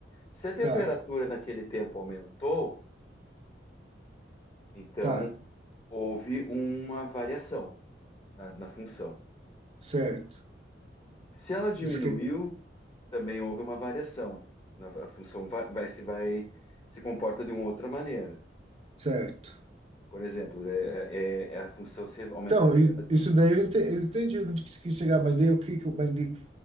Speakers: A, on the left (about 30°); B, on the right (about 35°).
A: Se a temperatura
B: tá,
A: naquele tempo aumentou, então
B: tá,
A: houve uma variação na, na função.
B: certo.
A: Se ela diminuiu,
B: Você quer...
A: também houve uma variação. Na- A função vai, vai se vai se comporta de uma outra maneira.
B: Certo.
A: Por exemplo, é, é- é a função se aumentou
B: Então,
A: a temperatura.
B: i- isso daí eu ente- eu entendi onde que você quis chegar, mas daí o que que eu- mas daí,